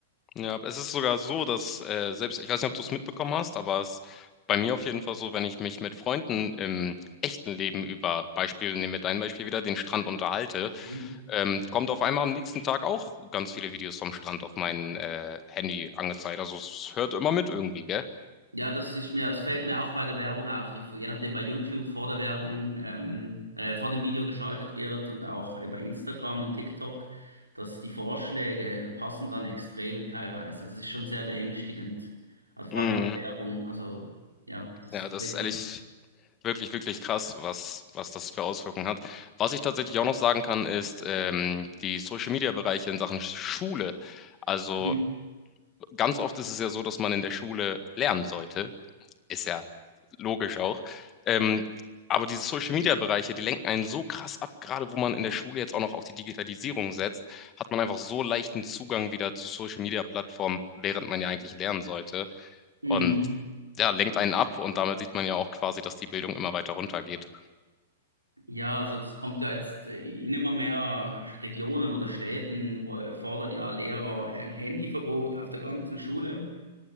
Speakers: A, on the left; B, on the right.
A: Ja, es ist sogar so, dass äh, selbst, ich weiß nicht, ob du es mitbekommen hast, aber es ist bei mir auf jeden Fall so, wenn ich mich mit Freunden im echten Leben über Beispiel, nehmen wir dein Beispiel wieder, den Strand unterhalte,
B: Mhm.
A: ähm, kommt auf einmal am nächsten Tag auch ganz viele Videos vom Strand auf mein äh, Handy angezeigt. Also es hört immer mit irgendwie, gell?
B: Ja, das ist mir, es fällt mir auch bei der Werbung auf, die je nachdem bei YouTube vor der Werbung, ähm, äh, vor dem Video geschaltet wird und auch äh, bei Instagram und TikTok, dass die Vorschläge passen dann extrem teilweise. Das ist schon sehr beängstigend. Also vor
A: Mhm.
B: allem bei der Werbung. Also ja, das
A: Ja, das
B: denkt
A: ist ehrlich
B: man.
A: wirklich, wirklich krass, was, was das für Auswirkungen hat. Was ich tatsächlich auch noch sagen kann, ist ähm, die Social-Media-Bereiche in Sachen Schule. Also
B: Mhm.
A: ganz oft ist es ja so, dass man in der Schule lernen sollte. Ist ja logisch auch. Ähm, aber diese Social-Media-Bereiche, die lenken einen so krass ab, gerade wo man in der Schule jetzt auch noch auf die Digitalisierung setzt, hat man einfach so leichten Zugang wieder zu Social-Media-Plattformen, während man ja eigentlich lernen sollte.
B: Mhm.
A: Und ja, lenkt einen ab und damit sieht man ja auch quasi, dass die Bildung immer weiter runtergeht.
B: Ja, also es kommt ja jetzt äh, in immer mehr Regionen oder Städten, wo fordern ja Lehrer ein Handyverbot auf der ganzen Schule.